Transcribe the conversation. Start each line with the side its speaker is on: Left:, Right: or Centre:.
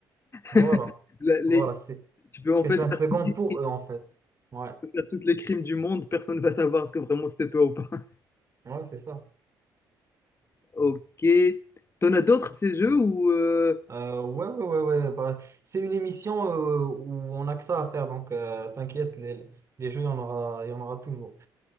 Right: Voilà.
Left: <laughs> Là, les-
Right: Voilà, c'est
Left: Tu peux en
Right: c'est
Left: fait
Right: cinq
Left: faire
Right: secondes
Left: toutes les
Right: pour
Left: crimes
Right: eux, en fait. Ouais,
Left: faire toutes les crimes du monde, personne ne va savoir ce que vraiment c'était toi ou pas. <laughs>
Right: ouais, c'est ça.
Left: Ok. T'en as d'autres de ces jeux ou euh,
Right: Euh, ouais, ouais, ouais, ouais. bah, c'est une émission euh, où on a que ça à faire, donc euh, t'inquiète, les, les jeux, il y en aura, il y en aura toujours.